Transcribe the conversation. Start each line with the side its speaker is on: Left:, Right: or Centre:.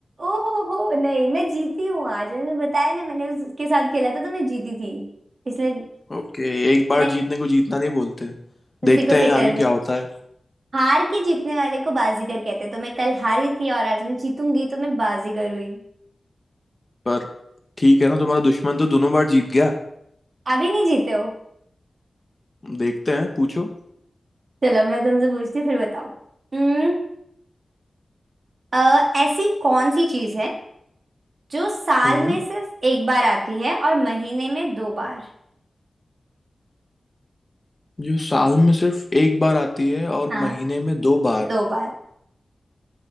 Right: ओहो हो नहीं मैं जीती हूँ आज मैंने बताया ना मैंने उसके साथ खेला था तो मैं जीती थी इसलिए
Left: ओके एक बार
Right: नहीं
Left: जीतने को जीतना नहीं बोलते
Right: उसी
Left: देखते
Right: को
Left: हैं
Right: सेकंड
Left: आगे क्या होता है
Right: हार के जीतने वाले को बाजीगर कहते हैं तो मैं कल हारी थी और आज मैं जीतूंगी तो मैं बाजीगर हुई
Left: पर ठीक है ना तुम्हारा दुश्मन तो दोनों बार जीत गया
Right: अभी नहीं जीते हो <laughs>
Left: देखते हैं पूछो
Right: चलो मैं तुमसे पूछती हूँ, फिर बताओ हम्म अ, ऐसी कौन सी चीज है जो साल
Left: हम्म
Right: में सिर्फ एक बार आती है और महीने में दो बार
Left: जो साल में सिर्फ एक बार आती है और
Right: हाँ
Left: महीने में दो बार
Right: दो बार